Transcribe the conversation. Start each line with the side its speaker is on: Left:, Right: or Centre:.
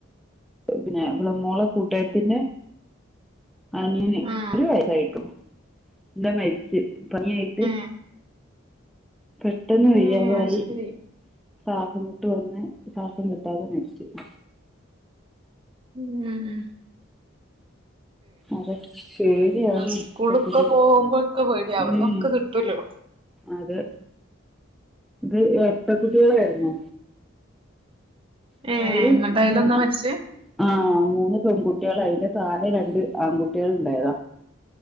Centre: പിന്നെ ഇവളേ മോളെ കൂട്ടാകാരീത്തിന്റെ ആനിയന്
Right: ആഹ്
Centre: ഒരു വയസായിട്ടു. എന്ന് മരിച്ച് പനിയായിട്ട്.
Right: <inaudible>
Centre: പെട്ടെന്ന് വയ്യാതായി
Right: ഏഹ് അത് ശരി
Centre: ശ്വാസം മുട്ട് വന്ന് ശ്വാസം കിട്ടാതെ മരിച്ച്. <inaudible>
Right: വുങ്ങാ
Centre: അതെ പേടിയാണ്
Right: സ്കൂളൊക്കെ
Centre: ഇപ്പത്തേനി
Right: പോകുമ്പോക്കെ പേടിയാ അവിടന്നൊക്കെ
Centre: ഉം..
Right: കിട്ടുവല്ലോ
Centre: അത് ഇത് ഇരട്ടക്കുട്ടികളായിരുന്നോ? മോൾല്
Right: ഏഹ് എന്നിട്ട് അയിലൊന്നാ
Centre: മൂന്ന
Right: മരിച്ചേ
Centre: ആഹ് മൂന്ന് പെൺകുട്ടീള് അയിന്റെ താഴെ രണ്ട് ആൺകുട്ടീള് ഇണ്ടായത.